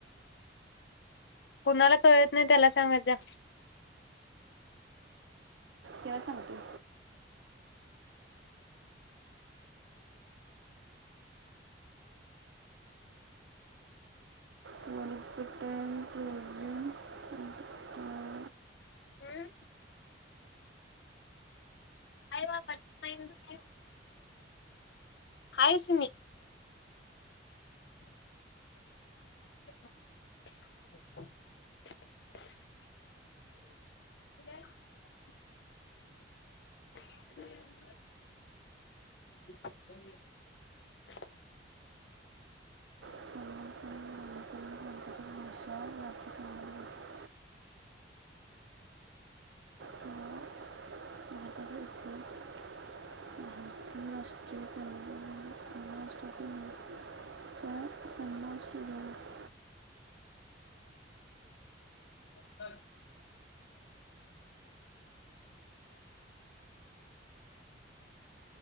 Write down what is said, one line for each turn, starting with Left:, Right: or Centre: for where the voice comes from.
Left: कुणाला कळत नाही त्याला सांगत जा.
Right: त्याला सांगतूय हं कुठाय रोजंग हम्म हम्म
Left: हम्म नाही बाबा पेरू तर पेरू हाय सुमित <inaudible> <inaudible>
Right: समोर समोर मणिपुरी सांकेतिक भाषा भारतासंबंधित भाषा किंवा भारताचा इतिहास भारतीय राष्ट्रीय संगीत महाराष्ट्रातील मुख्य सन्मान सुधीर
Left: <inaudible>